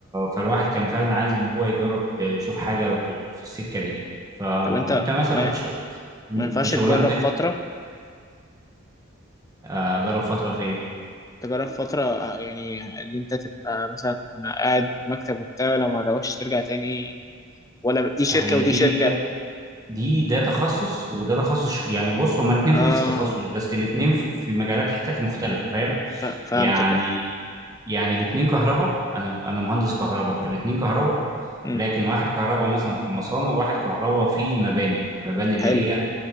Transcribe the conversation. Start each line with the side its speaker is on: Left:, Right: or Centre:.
Right: فالواحد كان فعلا عايز ان هو يجرب يشوف حاجه في, في السكه دي فانت
Left: طب أنت
Right: مثلا
Left: ما,
Right: في الشغل
Left: ما ينفعش
Right: في شغلانتك
Left: تجرب فترة
Right: آه، جرب فترة في ايه
Left: تجرب فترة آه، يعني اللي أنت تبقى مثلا قاعد مكتب وبتاع لو ما عجبكش ترجع تاني ولا دي شركة
Right: هي
Left: ودي
Right: دي
Left: شركة
Right: دي ده تخصص وده تخصص ش- يعني بص هما الاثنين في
Left: آه
Right: نفس التخصص بس الاثنين في مجالات حتت مختلفة فاهم
Left: ف- فهمتك
Right: يعني
Left: آه.
Right: يعني الاثنين كهرباء انا انا مهندس كهرباء فالاثنين كهرباء
Left: أمم،
Right: لكن واحد كهرباء مثلا في المصانع وواحد كهرباء في المباني المباني اللي
Left: حلو
Right: هي